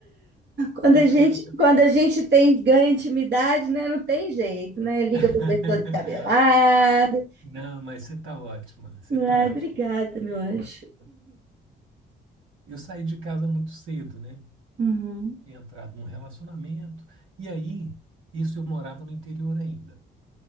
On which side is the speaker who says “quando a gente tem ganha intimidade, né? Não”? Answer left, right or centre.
Right